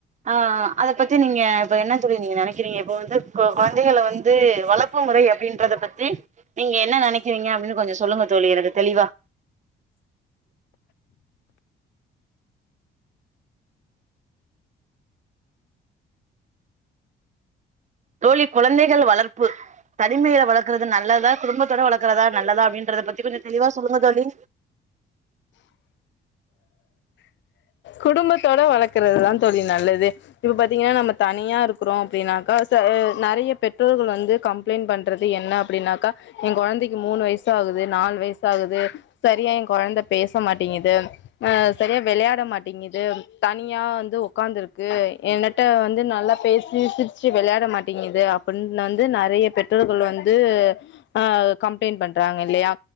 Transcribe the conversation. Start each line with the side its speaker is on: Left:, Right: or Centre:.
Right: ஆ அத பத்தி நீங்க இப்ப என்ன தோழி நீங்க நெனைக்கிறீங்க இப்ப வந்து கொ கொழந்தைகள வந்து வளர்ப் ப்பு முறை அப்டின்றத பத்தி நீங்க என்ன நெனைக்கிறீங்க அப்டின்னு கொஞ்ச சொல்லுங்க தோழி எனக்கு தெளிவா தோழி கொழந்தைகள் வளர்ப்பு தனிமையில வளர்க்குறது நல்லதா குடும்பத்தோட வளர்க்குறதா நல்லதா அப்டின்றத பத்தி கொஞ்ச தெளிவா சொல்லுங்க தோழி
Left: குடும்பத்தோட வளர்க்குறதுதா தோழி நல்லது இப்ப பாத்தீங்கென்னா நம்ம தனியா இருக்குறோ அப்டின்னாக்கா ச நெறையா பெற்றோர்கள் வந்து கம்ப் ளைன்ட் பண்றது என்ன அப்டின்னாக்கா ஏ கொழந்தைக்கு மூணு வய்சு ஆகுது நாலு வய்சு ஆகுது சரியா ஏ கொழந்த பேச மாட்டேங்கிது ஆ சரியா வெளையாட மாட் ங்கிது தனியா வந்து உக்காந்துருக்கு என்னட்ட வந்து நல்லா பேஸ் சிருச்சுச்சு வெளையாட மாட்டேங்கிது அப்டின்னு வந்து நெறையா பெற்றோர்கள் வந்து ஆ கம்ப்ளைண்ட் பண்றாங்க இல்லையா